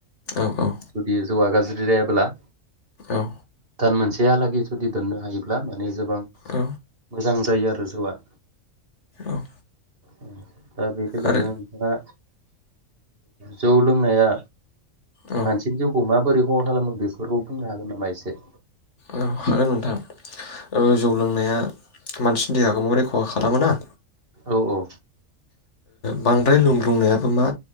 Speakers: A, on the left (about 65°); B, on the right (about 45°).
A: औ औ।
B: जुदि जौआ गाज्रि जायाब्ला
A: औ।
B: दान मोनसेयालागै जुदि दोननो हायोब्ला माने गोबां
A: औ
B: मोजां जायो आरो जौआ
A: औ।
B: औ दा बे बेलयावनो
A: आरो
B: दा जौ लोंनाया
A: औ
B: मानसिनि जिउखौ माबोरै खहा खालामो बेफोरखौ बुंनो हागोन नामा एसे?
A: औ हागोन नोंथां। ओ जौ लोंनाया मानसिनि देहाखौ माबोरै खहा खालामोना?
B: औ औ।
A: बांद्राय लुंब्रुंनायाबो मा